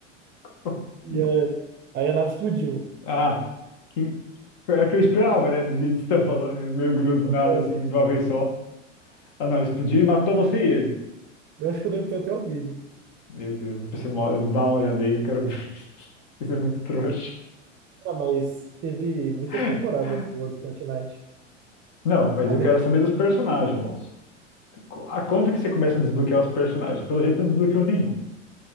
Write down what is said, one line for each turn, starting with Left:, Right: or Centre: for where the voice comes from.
Left: <laughs>
Right: E aí, aí a nave explodiu.
Left: Ah, que pior que eu esperava, né? Do jeito que você tá falando. Ele mergulhou do
Right: É,
Left: nada, assim, de uma vez só. Ah, não, explodiu e matou você e ele.
Right: eu acho que eu devo ter até o vídeo.
Left: Meu Deus, depois você mo- dá uma olhada aí que eu quero ver <laughs> isso. Isso é muito trouxa.
Right: Ah, mas teve muitas
Left: <laughs>
Right: temporadas boas do Fortnite.
Left: Não, mas
Right: A
Left: eu
Right: melhor.
Left: quero saber dos personagens, moço. Qu- A quando que você começa a desbloquear os personagens? Pelo jeito, eu não desbloqueou nenhum.